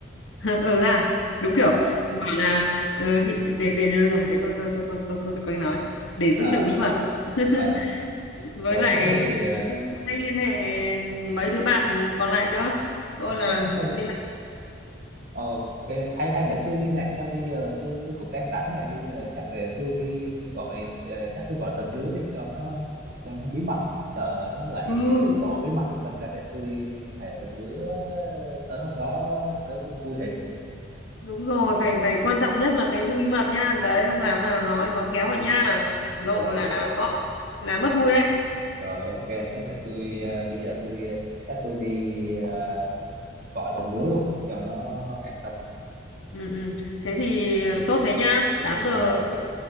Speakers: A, on the left; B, on the right.
A: <laughs> ừ ha đúng kiểu
B: à
A: bảo là ừ, hi- để để được rồi để tôi tôi tôi tôi tôi không cần cách nói để giữ
B: à
A: được bí mật <laughs>
B: ừ
A: với
B: rồi
A: lại
B: thế thì ờ,
A: tôi cũng không cách liên hệ mấy đứa bạn còn lại nữa tôi là
B: thế thôi
A: liên lạc
B: ok hay hay để tôi liên lạc cho bây giờ tôi tôi cũng đang rảnh này bây giờ chắc để tôi đi đi gọi ờ, chắc tôi gọi từng đứa đi cho nó cho nó bí mật sợ nó lại
A: ừ
B: ờ, lộ bí mật của mình ra để tôi đi liên hệ từng đứa tới hôm đó tới chung vui hỉ
A: đúng rồi phải phải quan trọng nhất là cái giữ bí mật nha đấy ông làm nào nói nói khéo vào nha lộ
B: rồi
A: là
B: ok
A: to là mất vui đấy
B: rồi ok thế để tôi ờ, bây giờ tôi ờ, chắc tôi đi ờ, gọi từng đứa luôn cho nó an tâm
A: Ừ, ừ. Thế thì chốt thế nhá. tám giờ
B: rồi ok